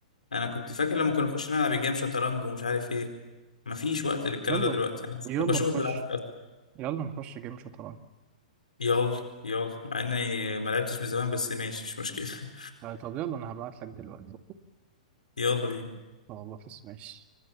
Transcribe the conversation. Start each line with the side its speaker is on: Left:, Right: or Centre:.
Left: انا كنت فاكر لما كنا نخش نلعب جيم شطرنج ومش عارف ايه ما فيش وقت للكلام
Right: يلا
Left: ده دلوقتي <laughs> يعني
Right: يلا
Left: بشوفك
Right: نخش
Left: بالعافية أصلاً.
Right: يلا نخش جيم شطرنج
Left: يلا يلا مع اني ما لعبتش من زمان بس ماشي مش مشكلة
Right: آه، طب يلا انا هبعت لك دلوقتي
Left: <laughs> يلا بينا
Right: خلاص ماشي